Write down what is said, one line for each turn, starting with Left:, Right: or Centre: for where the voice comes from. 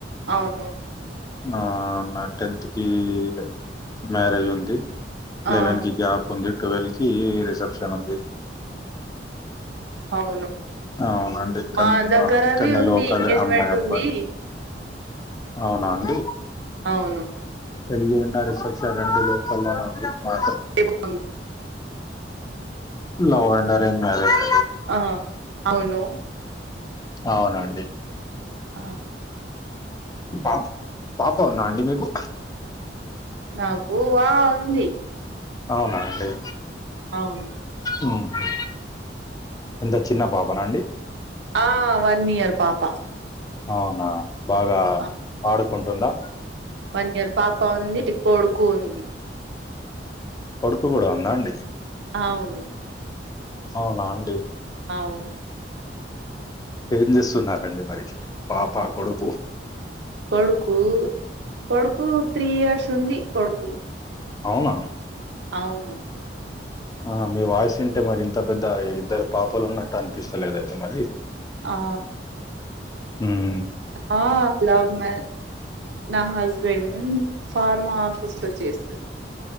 Right: అవును
Left: ఆ న టెన్త్కి గ మ్యారేజుంది.
Right: ఆ
Left: లెవెన్ కి గ్యాప్ ఉంది, టువెల్ కి రిసెప్షన్ ఉంది.
Right: అవును
Left: అవునండి కన్నూ
Right: మా దగ్గరవి
Left: ఇక్కన్నే
Right: ఉంది
Left: లోకలే
Right: ఎంగేజ్మెంట్
Left: అమ్మాయ్ అబ్బాయ్
Right: ఉంది
Left: అవునా అండి
Right: అవున్
Left: పెళ్లి అన్న రిసెప్షన్ రెండు లోకల్ లోనే ఉంది మాత
Right: ఓ అన్
Left: లవ్ అండ్ అరేంజ్ మ్యారేజే
Right: ఆ అవును
Left: అవునండి
Right: ఆ
Left: పాప్ పాప ఉందా అండి మీకు?
Right: నాకు వా ఉంది
Left: అవునా అండి
Right: అవున్
Left: ఉహు ఎంత చిన్న పాపనా అండి?
Right: ఆ వన్ ఇయర్ పాప
Left: అవునా బాగా
Right: ఆ!
Left: ఆడుకుంటుందా?
Right: వన్ ఇయర్ పాప ఉంది కొడుకు ఉంది
Left: కొడుకు కూడా ఉందా అండి
Right: అవును
Left: అవునా అండి
Right: అవును
Left: ఏం చేస్తున్నారండి మరి పాప కొడుకు
Right: కొడుకు కొడుకు త్రీ ఇయర్స్ ఉంది కొడుకు
Left: అవునా
Right: అవును
Left: ఆహ మీ వాయిస్ వింటే మరి ఇంత పెద్ద ఇద్దరు పాపలు ఉన్నట్టు అనిపిస్తలేదయితే మరి
Right: ఆ
Left: హ్మ్
Right: ఆ లవ్ మ్యారేజ్ నా హస్బెండ్ ఫార్మా ఆఫీస్ లో చేస్తూ